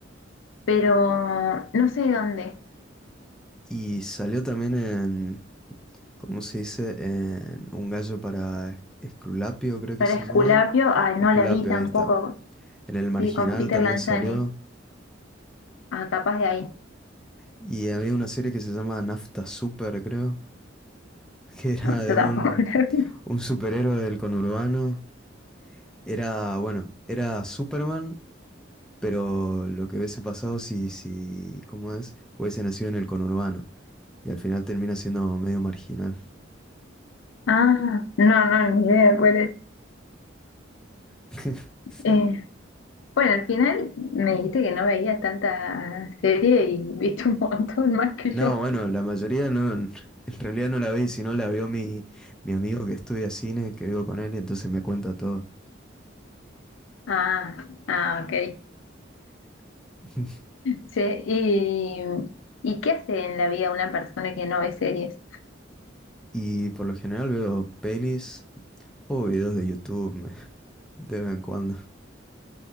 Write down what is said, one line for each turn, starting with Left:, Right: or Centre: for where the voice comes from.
Left: pero no sé de dónde.
Centre: Y salió también en, ¿cómo se dice? En Un gallo para Esc- Esculapio, creo que
Left: Para
Centre: se
Left: Esculapio,
Centre: llama.
Left: ah, no
Centre: Esculapio,
Left: la vi tampoco.
Centre: ahí está. En El Marginal
Left: Sí, con Peter
Centre: también
Left: Lanzani.
Centre: salió.
Left: Ah, capaz de ahí.
Centre: Y había una serie que se llama Nafta Super, creo, <laughs> que era
Left: No,
Centre: de
Left: yo tampoco
Centre: un,
Left: <laughs> la vi.
Centre: un superhéroe del conurbano. Era, bueno, era Superman, pero lo que hubiese pasado si, si, ¿cómo es? Hubiese nacido en el conurbano. y al final termina siendo medio marginal.
Left: Ah, no, no, ni idea cuál es.
Centre: <laughs>
Left: Eh, bueno, al final me dijiste que no veías tanta serie y <laughs> viste un montón más que
Centre: No,
Left: yo.
Centre: bueno, la mayoría no, en realidad no la vi, sino la vio mi, mi amigo que estudia cine, que vivo con él, y entonces me cuenta todo.
Left: Ah, ah, ok.
Centre: <laughs>
Left: Sí, y, ¿y qué hace en la vida una persona que no ve series?
Centre: Y por lo general veo pelis o videos de YouTube me- de vez en cuando,